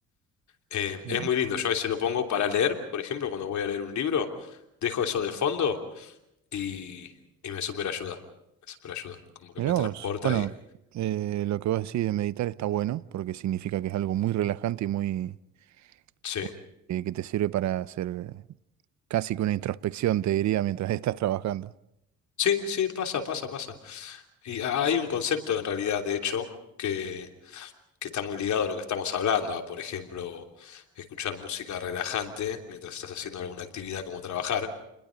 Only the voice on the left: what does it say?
Eh,
es muy lindo, yo a veces lo pongo para leer, por ejemplo, cuando voy a leer un libro, dejo eso de fondo y, y me super ayuda, me super ayuda, como
que me transporta
y,
sí,
sí, sí, pasa, pasa, pasa. Y ha- hay un concepto en realidad, de hecho, que, que está muy ligado a lo que estamos hablando, a, por ejemplo, escuchar música relajante mientras estás haciendo alguna actividad como trabajar.